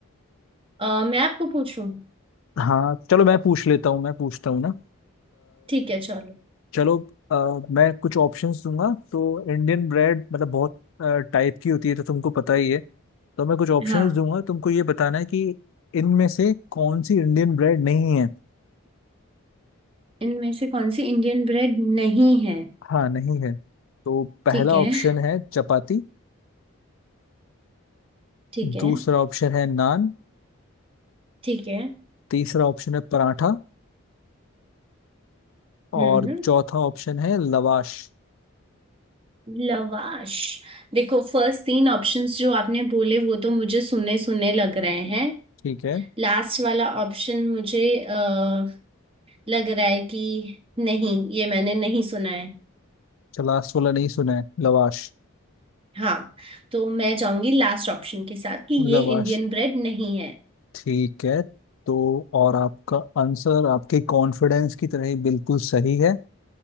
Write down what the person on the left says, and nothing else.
हाँ चलो मैं पूछ लेता हूँ मैं पूछता हूँ ना
चलो अ, मैं कुछ ऑप्शंस दूंगा तो इंडियन ब्रेड मतलब बहुत टाइप की होती है तो तुमको पता ही है तो मैं कुछ ऑप्शंस
दूंगा तुमको ये बताना है कि इनमें से कौन सी इंडियन ब्रेड नहीं है
हाँ नहीं है तो पहला
ऑप्शन है चपाती
दूसरा ऑप्शन है नान
तीसरा ऑप्शन है पराठा
और चौथा ऑप्शन है लवाश
ठीक है
अच्छा लास्ट वाला नहीं सुना है लवाश
लवाश
ठीक है तो और आपका आंसर आपके कॉन्फिडेंस की तरह ही बिल्कुल सही है